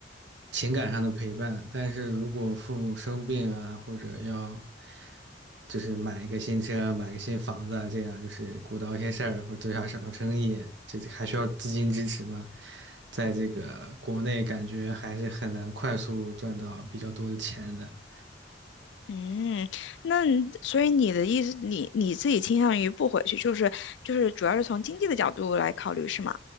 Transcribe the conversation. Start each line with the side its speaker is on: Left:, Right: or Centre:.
Right: 情感上的陪伴，但是如果父母生病啊，或者要就是买一个新车、买个新房子啊，这样就是鼓捣一些事儿或者做下小生意，这这还需要资金支持嘛，在这个国内感觉还是很难快速赚到比较多的钱的。
Left: 嗯，那所以你的意思，你你自己倾向于不回去，就是就是主要是从经济的角度来考虑，是吗？